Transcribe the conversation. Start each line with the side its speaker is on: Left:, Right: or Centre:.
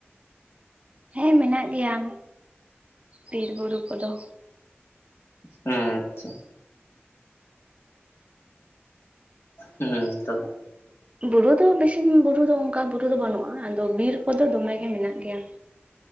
Right: ᱦᱮᱸ ᱢᱮᱱᱟᱜ ᱜᱮᱭᱟ ᱵᱤᱨ ᱵᱩᱨᱩ ᱠᱚ ᱫᱚ᱾
Left: ᱮᱸ ᱟᱪᱷᱟ ᱦᱩᱸ ᱛᱚ
Right: ᱵᱩᱨᱩ ᱫᱚ ᱵᱮᱥᱤ ᱵᱩᱨᱩ ᱫᱚ ᱚᱱᱠᱟ ᱵᱩᱨᱩ ᱫᱚ ᱵᱟᱹᱱᱩᱜ-ᱟ ᱟᱫᱚ ᱵᱤᱨ ᱠᱚ ᱫᱚ ᱫᱚᱢ ᱜᱮ ᱢᱮᱱᱟᱜ ᱜᱮᱭᱟ᱾